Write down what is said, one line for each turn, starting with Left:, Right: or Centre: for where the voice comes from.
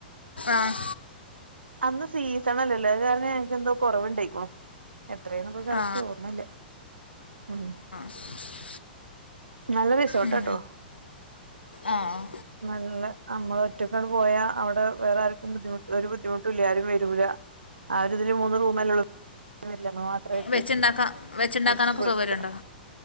Left: ആഹ്
Right: അന്ന് സീസണല്ലല്ലോ അത് കാരണം ഞങ്ങക്കെന്തോ കൊറവ്ണ്ടായിക്ക്ണു എത്രേന്ന്പ്പൊ കറക്റ്റ്
Left: ആ
Right: ഓർമ്മല്ല ഉം
Left: <inaudible>
Right: നല്ല റിസോട്ടാട്ടോ
Left: ഉം. ആ ആഹ്
Right: നല്ല നമ്മള് ഒറ്റക്കങ്ങ് പോയാ അവിടെ വേറാർക്കും ബുദ്ധിമുട്ട് ഒരു ബുദ്ധിമുട്ടൂല്ലാ ആരും വെരു റ്റൂല ആരിതില് മൂന്ന് റൂമല്ലെള്ളൂ ല്ലണോ മാത്രായിട്ട്
Left: വെച്ചുണ്ടാക്കാൻ വെച്ചുണ്ടാക്കാനൊക്കെ
Right: അടിച്ച് പൊളിക്കാ
Left: സൗകര്യമുണ്ടോ